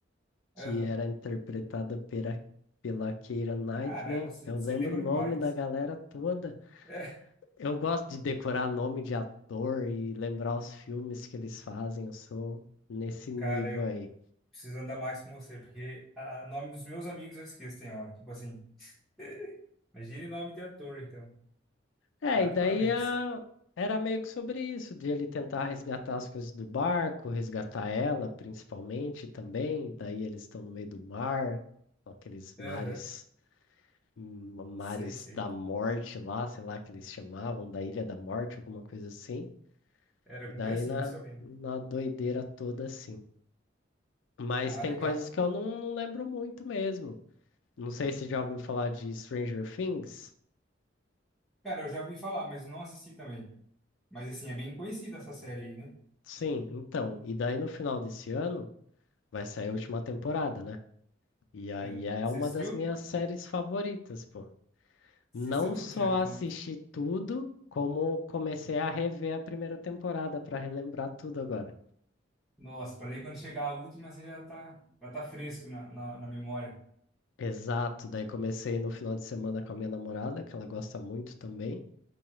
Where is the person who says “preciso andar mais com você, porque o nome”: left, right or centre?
Centre